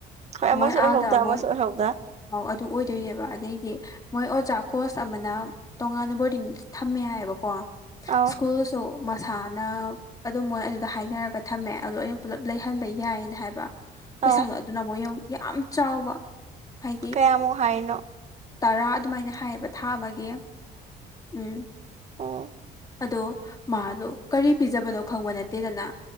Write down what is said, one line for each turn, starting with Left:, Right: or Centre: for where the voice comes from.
Right: ꯍꯣꯏ ꯑꯃꯁꯨ
Left: ꯃꯣꯏ
Right: ꯑꯣꯏꯍꯧꯗ
Left: ꯑꯥꯗ ꯃꯣꯏ
Right: ꯑꯃꯁꯨ ꯑꯣꯏꯍꯧꯗ
Left: ꯑ ꯑꯗꯨ ꯑꯣꯏꯗꯣꯏꯅꯦꯕ ꯑꯗꯩꯗꯤ ꯃꯣꯏ ꯑꯣꯖꯥ ꯀꯣꯁ ꯑꯃꯅ ꯇꯣꯉꯥꯟꯅ ꯕꯣꯔꯗꯤꯡ ꯊꯝꯃꯦ ꯍꯥꯏꯌꯦꯕꯀꯣ
Right: ꯑꯧ
Left: ꯁ꯭ꯀꯨꯜꯁꯨ ꯃꯁꯥꯅ ꯑꯗꯨꯝ ꯃꯣꯏ ꯑꯗꯨꯗ ꯍꯥꯏꯅꯔꯒ ꯊꯝꯃꯦ ꯑꯗꯣ ꯑꯩꯅ ꯄꯨꯜꯂꯞ ꯂꯩꯍꯟꯕ ꯌꯥꯏꯌꯦꯅ ꯍꯥꯏꯕ ꯄꯩꯁꯥꯗꯣ
Right: ꯑꯧ
Left: ꯑꯗꯨꯅ ꯑꯃꯨꯛ ꯌꯦꯡꯉꯨ ꯌꯥꯝ ꯆꯥꯎꯕ ꯍꯥꯏꯗꯤ
Right: ꯀꯌꯥꯃꯨꯛ ꯍꯥꯏꯔꯤꯅꯣ
Left: ꯇꯔꯥ ꯑꯗꯨꯃꯥꯏꯅ ꯍꯥꯏꯌꯦꯕ ꯊꯥ ꯑꯃꯒꯤ ꯎꯝ
Right: ꯎꯝ
Left: ꯑꯗꯣ ꯃꯥꯗꯣ ꯀꯔꯤ ꯄꯤꯖꯕꯅꯣ ꯈꯪꯕ ꯅꯠꯇꯦꯗꯅ